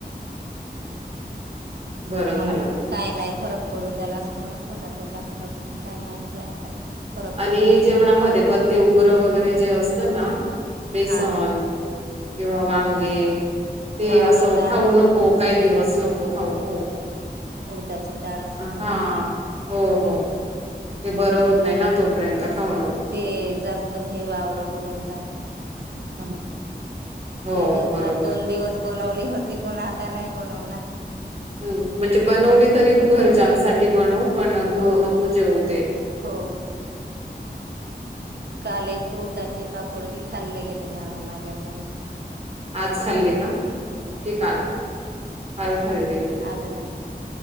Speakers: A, on the right (about 35°); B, on the right (about 70°).
A: बरं
B: मग
A: झालं
B: काय नाही फरक पडून जाला असं म्हणत होता तो डॉक्टर पण काय माहितीय आता. फरक
A: आणि
B: पडायला
A: जेवणामध्ये
B: पाहिजे
A: पण ते उग्रं वगैरे जे असतं ना बेसन
B: हा
A: किंवा वांगे ते
B: वावड
A: असं
B: का
A: खाऊ नको. काही दिवस नको खाऊ हो.
B: उडदाची दाळ अस का
A: हा
B: मॅडम,
A: हो
B: हम्म.
A: हो ते बरं होत नाही ना तोपर्यंत. खाऊ नको
B: ते जास्त हे वावडं होऊन जातं. म्हनू
A: हो
B: ते नाही
A: बरोबर
B: खात दोन दिवस बनवल. होती पण आता नाही बनवणार.
A: हम्म, म्हणजे बनवली तरी तू घरच्यांसाठी बनव. पण तू
B: हो
A: नको जेवू ते.
B: हो काल एकत उडदाचे पापड बी खाल्ले गेले मॅडम माज्या कडून.
A: आज खाल्ले का? की काल, काल खाल्ले
B: होते
A: गेले
B: आज नाही